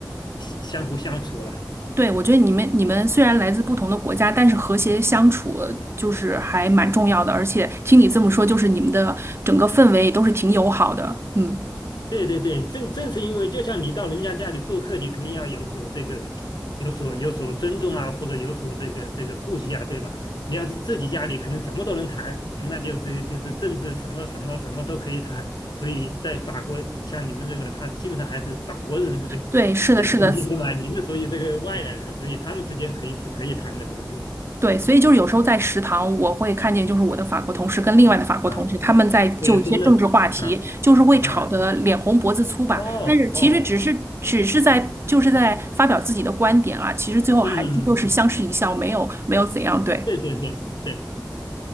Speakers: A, on the left; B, on the right.
A: 相相互相处了。
B: 对，我觉得你们你们虽然来自不同的国家，但是和谐相处就是还蛮重要的，而且听你这么说，就是你们的整个氛围也都是挺友好的，嗯，
A: 对对对，正正是因为就像你到人家家里做客，你肯定要有所这个，有所有所尊重啊，或者有所这个这个顾忌啊，对吧？你要是自己家里，可能什么都能谈，那就这就是政治什么什么什么都可以谈。所以在法国，像你们这个，他基本上还是法国人的这个
B: 对，是的，
A: 家庭结构嘛，
B: 是的，
A: 你们所以这个外来人，所以他们之间可以是可以谈的了这些
B: 对，所以就是有时候在食堂，我会看见就是我的法国同事跟另外的法国同事，
A: 啊，
B: 他们在就一些政治话题，
A: 所以真的啊
B: 就是会吵得脸红脖子粗吧。
A: 啊，哦哦哦，
B: 但是其实只是只是在就是在发表自己的观点啊，其实最后还是就是相视一笑，
A: 嗯嗯嗯，嗯
B: 没有没有怎样。对，
A: 对对对。对